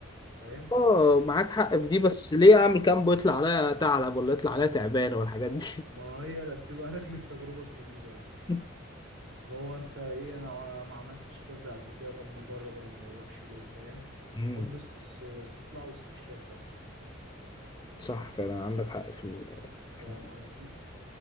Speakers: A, on the right (about 65°); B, on the left (about 20°).
A: فاهم
B: اه معاك حق في دي
A: ت-
B: بس ليه اعمل كامب ويطلع عليا ثعلب ولا يطلع عليا تعبان ولا الحاجات
A: ما هي لا بتبقى <laughs> لاجل التجربة الجديدة بس
B: دي
A: اللي هو انت ايه انا ما عملتش كذا قبل كده طب ما اجرب انا ما اجربش ليه فاهم
B: <laughs>
A: حب استص- استطلاع واستكشاف بس
B: صح فعلا عندك حق في ال- في
A: فاهم
B: الحتة دي.
A: قصدي